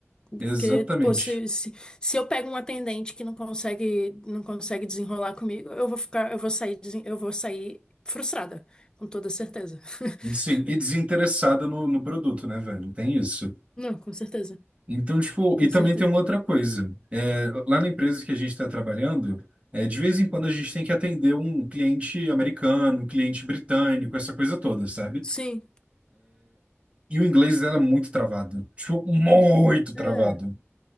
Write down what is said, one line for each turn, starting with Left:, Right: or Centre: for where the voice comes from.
Right: Exatamente.
Left: Porque, pô, se, se, se eu pego um atendente que não consegue, não consegue desenrolar comigo, eu vou ficar, eu vou sair, desen- eu vou sair frustrada, com toda certeza.
Right: Sim,
Left: <laughs>
Right: e desinteressada no, no produto, né, velho? Tem isso.
Left: Não, com certeza,
Right: Então, tipo,
Left: com
Right: e também
Left: certeza.
Right: tem uma outra coisa. É, lá na empresa que a gente está trabalhando, é, de vez em quando a gente tem que atender um cliente americano, um cliente britânico, essa coisa toda, sabe?
Left: Sim.
Right: E o inglês dela é muito travado. Tipo, muito travado.
Left: É.